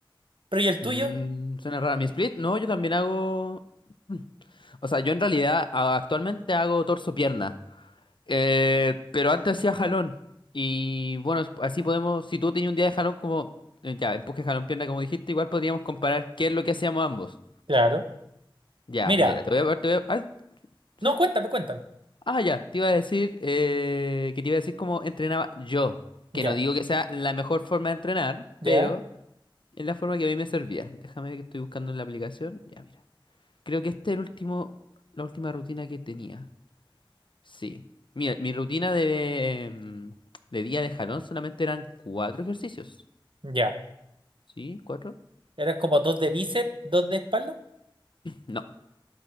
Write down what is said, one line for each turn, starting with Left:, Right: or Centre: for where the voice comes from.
Right: ¿Pero y el tuyo?
Left: mm, suena raro. ¿Mi split? No, yo también hago. mm. O sea, yo en realidad a- actualmente hago torso-pierna. Eh, pero antes hacía jalón. Y bueno, así podemos, si tú tenías un día de jalón como, eh, ya, empuje, jalón, pierna, como dijiste, igual podríamos comparar qué es lo que hacíamos ambos.
Right: Claro.
Left: Ya,
Right: Mira.
Left: mira, te voy a... Te voy a- ah, ¿sí?
Right: No, cuéntame, cuéntame.
Left: Ah, ya, te iba a decir, eh, que te iba a decir cómo entrenaba yo.
Right: Ya,
Left: Que no digo que sea la mejor forma de entrenar,
Right: ya,
Left: pero es la forma que a mí me servía. Déjame ver que estoy buscando en la aplicación. Ya, mira. Creo que esta es el último, la última rutina que tenía. Sí. Mira, mi rutina de, em, de día de jalón solamente eran cuatro ejercicios.
Right: ya.
Left: ¿Sí? ¿Cuatro?
Right: Eran como dos de bíceps, dos de espalda.
Left: No.